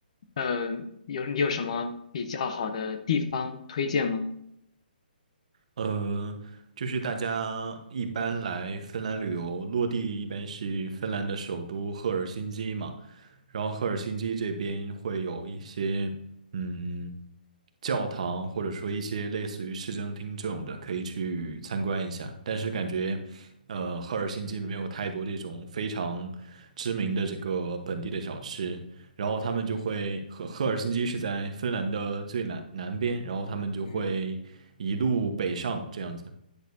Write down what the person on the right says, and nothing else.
呃，就是大家一般来芬兰旅游，落地一般是芬兰的首都赫尔辛基嘛，然后赫尔辛基这边会有一些嗯教堂，或者说一些类似于市政厅这种的，可以去参观一下。但是感觉，呃，赫尔辛基没有太多这种非常知名的这个本地的小吃。然后他们就会赫赫尔辛基是在芬兰的最南南边，然后他们就会一路北上这样子。